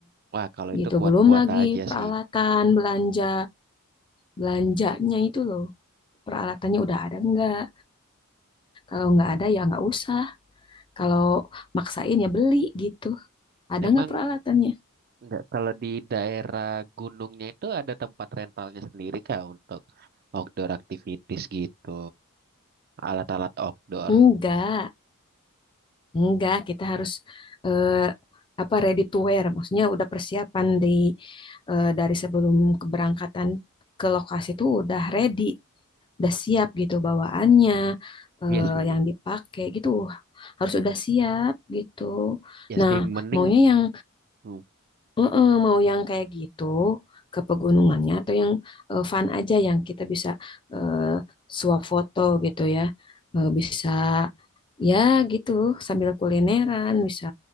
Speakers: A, on the right; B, on the left.
A: Wah, kalau itu
B: gitu.
A: kuat-kuat
B: Belum lagi
A: aja
B: peralatan
A: sih.
B: belanja belanjanya itu loh. peralatannya udah ada nggak kalau nggak ada ya nggak usah kalau maksain ya beli gitu ada
A: Emang
B: nggak peralatannya
A: nggak kalau di daerah gunungnya itu ada tempat rentalnya sendiri kah untuk outdoor activities gitu, alat-alat outdoor.
B: enggak enggak kita harus eh, apa ready to wear maksudnya udah persiapan di eh, dari sebelum keberangkatan ke lokasi itu udah ready udah siap gitu bawaannya eh,
A: Iya sih,
B: yang dipakai gitu harus udah siap gitu
A: ya
B: nah
A: sih mending
B: maunya yang
A: hmm.
B: Heeh, mau yang kayak gitu ke pegunungannya atau yang eh, fun aja yang kita bisa eh, suap foto gitu ya. Eh, bisa ya gitu sambil kulineran, bisa